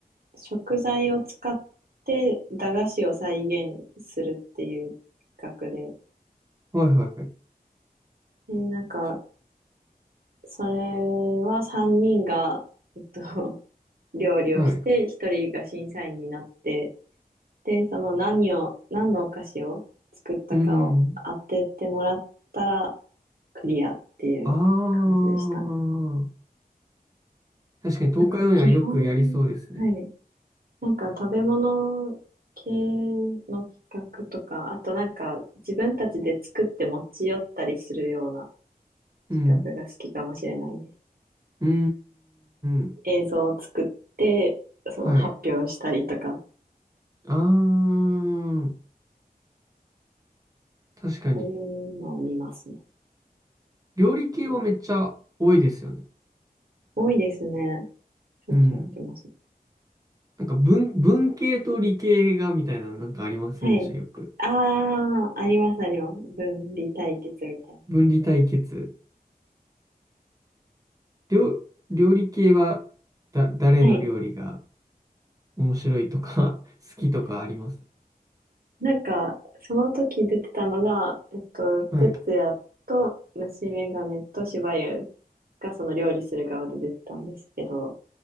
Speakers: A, on the right; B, on the right.
A: 食材を使って駄菓子を再現するっていう企画で、
B: はいはいはい。
A: で、なんか、
B: しょ
A: それは3人が、えっと、<laughs> 料理をして、
B: はい。
A: 1人が審査員になって、で、その何を、何のお菓子を作ったかを当ててもらったら、
B: うん。
A: クリアっていう感じでしたね。
B: ああ。確かに東海オンエアよくやりそうですね。
A: なんか基本、はい。なんか食べ物系の企画とか、あとなんか自分たちで作って持ち寄ったりするような
B: うん。
A: 企画が好きかもしれないです。
B: うーん。
A: 映像を作って、その発表したりとか、
B: はい。ああ。確かに。
A: そういうのを見ますね。
B: 料理系はめっちゃ多いですよね。
A: 多いですね。しょっちゅうやってます。
B: うん。なんか文、文系と理系がみたいななんかありませんでした、
A: はい。
B: よく。
A: ああ、ありますあります。分離対決みたいな。
B: 分離対決。料、料理系はだ、誰の料理が
A: はい。
B: 面白いとか <laughs> 好きとかあります。
A: なんか、その時出てたのが、えっと、
B: はい。
A: 哲也と虫眼鏡としばゆうがその料理する側で出てたんですけど、